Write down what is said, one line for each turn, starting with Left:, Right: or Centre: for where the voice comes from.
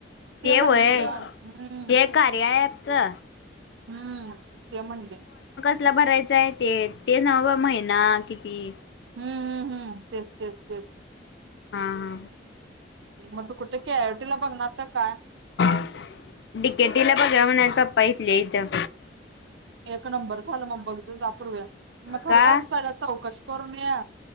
Left: ते
Right: म्हणली
Left: व्हय
Right: ग हम्म
Left: ते कार्या ॲप चा
Right: हूं ते म्हणले
Left: कसला भरायचा आहे? ते ते नव्ह महिना किती? ते
Right: हम्म हम्म हम् तेच तेच तेच..
Left: हा हा
Right: मग तु कुठे? केआयटीला बघणार आहेस का? काय?
Left: <unintelligible> डिकेटीला बघूया म्हणाल्यात <unintelligible> पप्पा इथले इथं
Right: एक नंबर झाला मग बघच जा तु पूर्वी मग खरंच
Left: का
Right: परत चौकशी करून ये.